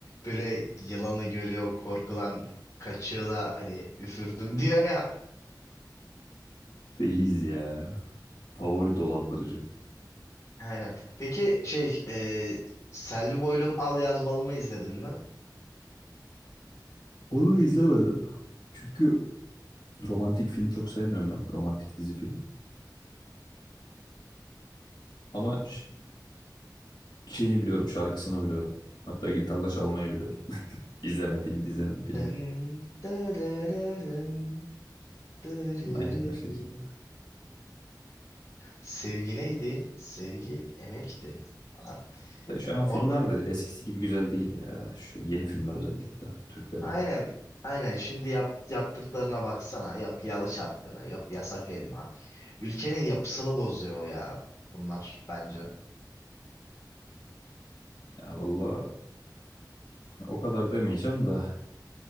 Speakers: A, on the left; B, on the left.
A: Böyle yılanı görüyor korkudan kaçıyor da hani üfürdüm <laughs> diyor ya.
B: <laughs> Reis ya. Favori dolandırıcım.
A: Aynen. Peki şey e, Selvi Boylum Al Yazmalım'ı izledin mi?
B: Onu izlemedim. Çünkü romantik film çok sevmiyorum ben. Romantik dizi film. Ama ş- şeyini biliyorum, şarkısını biliyorum. Hatta gitarla çalmayı biliyorum. İzlemediğim dizinin, filmin.
A: Dın, dırırırın, dırırırın.
B: Aynen o şekilde.
A: Sevgi neydi? Sevgi emekti falan.
B: De şu
A: Ve
B: an
A: orada
B: filmler de eskisi gibi güzel değil ya. Şu yeni filmler özellikle Türklerin.
A: aynen aynen şimdi yap, yaptıklarına baksana. Yok yalı çapkını, yok yasak elma. Ülkenin yapısını bozuyor ya bunlar bence.
B: Ya valla o kadar demeyeceğim da